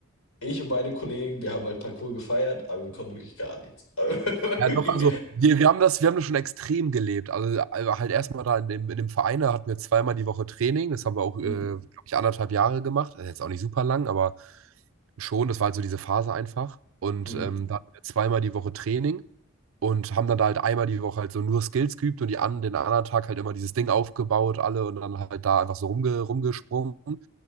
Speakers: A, on the left; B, on the right.
A: Ich und meine Kollegen, wir haben halt Parkour gefeiert, aber wir konnten wirklich gar nichts. Aber <laughs>
B: Ja,
A: wirklich.
B: doch, also wir, wir haben das, wir haben das schon extrem gelebt. Also also halt erstmal da in dem, in dem Verein, da hatten wir zweimal die Woche Training. Das haben wir auch,
A: Mhm,
B: äh, glaube ich, anderthalb Jahre gemacht. Also jetzt auch nicht super lang, aber schon, das war halt so diese Phase einfach. Und
A: mhm,
B: ähm, da hatten wir zweimal die Woche Training und haben dann da halt einmal die Woche halt so nur Skills geübt und die an, den anderen Tag halt immer dieses Ding aufgebaut, alle und dann halt da einfach so rumge, rumgesprungen. Und